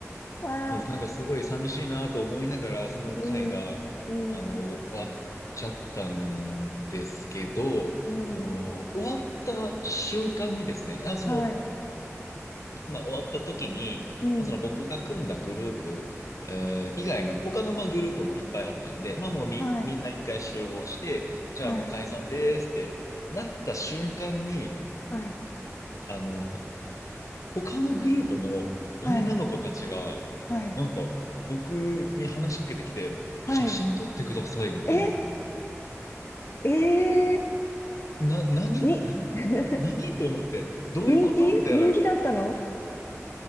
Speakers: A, on the left; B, on the left.
A: はい。
B: そうです。なんかすごい寂しいなと思いながら、その回が、
A: うん。うん。
B: あの、終わっちゃったんですけど、
A: うん。
B: その、終わった瞬間にですね、あ、その、
A: はい。
B: まあ、終わった時に、
A: うん。
B: まあ、その僕が組んだグループ、えー以外の他のまあグループもいっぱいあったんで、まあもうみ、
A: はい。
B: みんな一回集合して、じゃあもう解散ですってなった瞬間に、
A: はい。はい。
B: あの、他のグループの女の子たちが、
A: はい。はい。
B: なんか僕に話しかけてきて、
A: はい。
B: 写真撮ってくださいみたいに、
A: え、え
B: な、何、
A: ー、に、
B: な、
A: <laughs>
B: な、何と思って、どういうことみたいな
A: 人気人気だったの